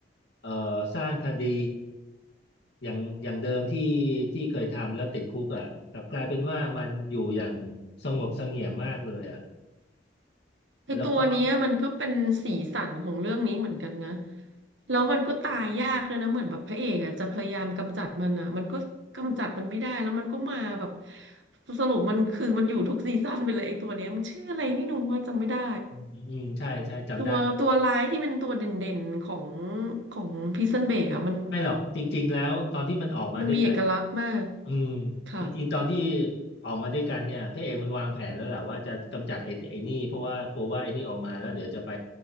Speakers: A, on the left; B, on the right.
A: เอ่อสร้างคดีอย่างอย่างเดิมที่ที่เคยทำแล้วติดคุกอ่ะกลับกลายเป็นว่ามันอยู่อย่างสงบเสงี่ยมมากเลยอ่ะ
B: คือตัวเนี้ยมันก็เป็นสีสันของเรื่องนี้เหมือนกันนะ
A: แล้วก็
B: แล้วมันก็ตายยากเลยนะเหมือนแบบพระเอกอะจะพยายามกำจัดมันอะมันก็กำจัดมันไม่ได้แล้วมันก็มาแบบสรุปมันคือมันอยู่ทุกซีซั่นไปเลยไอ้ตัวเนี้ยมันชื่ออะไรไม่รู้ว่าจำไม่ได้
A: อืมใช่ใช่จำได้
B: ตัวตัวร้ายที่เป็นตัวเด่นๆของของพิซซันเบกอะมัน
A: ไม่หรอกจริงๆแล้วตอนที่มันออกมาด้วยกัน
B: มันมีเอกลักษณ์มาก
A: อืม
B: ค่ะ
A: จริงๆตอนที่ออกมาด้วยกันเนี่ยพระเอกมันวางแผนแล้วแหละว่าจะกำจัดไอ้ไอ้นี่เพราะว่ากลัวว่าไอ้นี่ออกมาแล้วเดี๋ยวจะไป